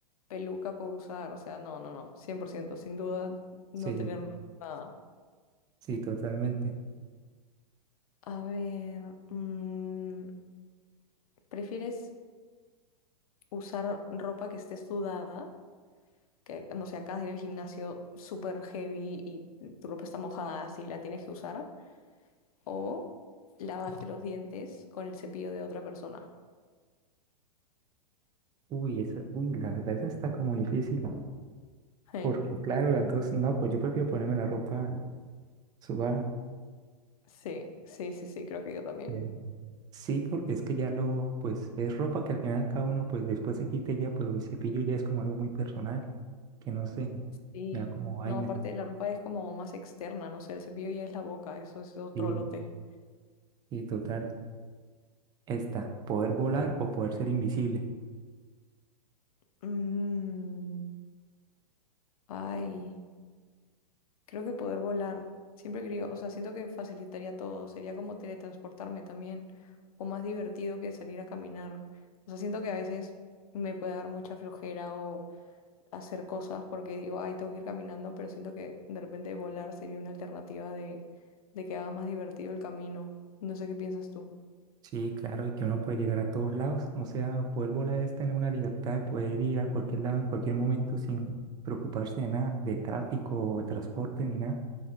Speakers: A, on the left (about 60°); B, on the right (about 20°).
A: peluca puedo usar, o sea, no, no, no, 100% sin duda no
B: Sí,
A: tener nada.
B: sí, totalmente.
A: A ver, mm, ¿prefieres usar ropa que esté sudada? Que, no sé, acabas de ir al gimnasio súper heavy y tu ropa está mojada, así la tienes que usar. o lavarte los dientes con el cepillo de otra persona.
B: Uy, esa, uy, la verdad, esa está como difícil.
A: Sí,
B: Porque, claro, las dos, no, pues yo prefiero ponerme la ropa sudada.
A: sí, sí, sí, sí, creo que yo también.
B: Pero- Sí, porque es que ya lo, pues, es ropa que al final cada uno, pues, después se quite ya, pero el cepillo ya es como algo muy personal, que no sé,
A: Sí.
B: me da como vaina.
A: No, aparte la ropa es como más externa, no sé, el cepillo ya es la boca, eso es otro
B: Sí,
A: lote.
B: Y total, está, poder volar o poder ser invisible.
A: Mm, ay, creo que poder volar. Siempre he querido, o sea, siento que facilitaría todo, sería como teletransportarme también, o más divertido que salir a caminar. O sea, siento que a veces me puede dar mucha flojera o hacer cosas porque digo, ay, tengo que ir caminando, pero siento que de repente volar sería una alternativa de, de que haga más divertido el camino. No sé qué piensas tú.
B: Sí, claro, y que uno puede llegar a todos lados. O sea, poder volar es tener una libertad de poder ir a cualquier lado en cualquier momento sin preocuparse de nada, de tráfico o de transporte ni nada.